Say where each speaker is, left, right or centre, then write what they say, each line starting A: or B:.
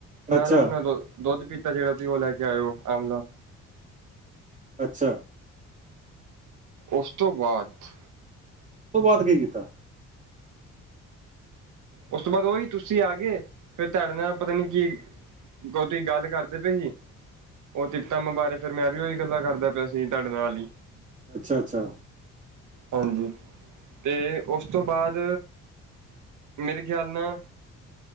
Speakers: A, on the right (about 80°); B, on the right (about 25°).
A: ਨਾਲ
B: ਅੱਛਾ
A: ਆਪਣਾ ਦੋ ਦੁੱਧ ਪੀਤਾ ਜਿਹੜਾ ਤੁਸੀਂ ਉਹ ਲੈ ਕੇ ਆਇਓ ਆਮਲਾ
B: ਅੱਛਾ
A: ਉਸ ਤੋਂ ਬਾਅਦ
B: ਉਸ ਤੋਂ ਬਾਅਦ ਕੀ ਕੀਤਾ
A: ਉਸ ਤੋਂ ਬਾਅਦ ਓਹੀ ਤੁਸੀਂ ਆ ਗਏ ਫੇਰ ਤੁਹਾਡੇ ਨਾਲ ਪਤਾ ਨੀ ਕੀ ੳਦੀ ਗੱਲ ਕਰਦੇ ਪਏ ਸੀ ਉਹ ਤਤਾਮ ਬਾਰੇ ਫਿਰ ਮੈਂ ਵੀ ਉਹੀ ਗੱਲਾਂ ਕਰਦਾ ਪਿਆ ਸੀ ਤੁਹਾਡੇ ਨਾਲ ਹੀ <unintelligible>
B: ਅੱਛਾ ਅੱਛਾ
A: ਹਾਂਜੀ ਤੇ ਉਸ ਤੋਂ ਬਾਅਦ ਮੇਰੇ ਖਿਆਲ ਨਾਲ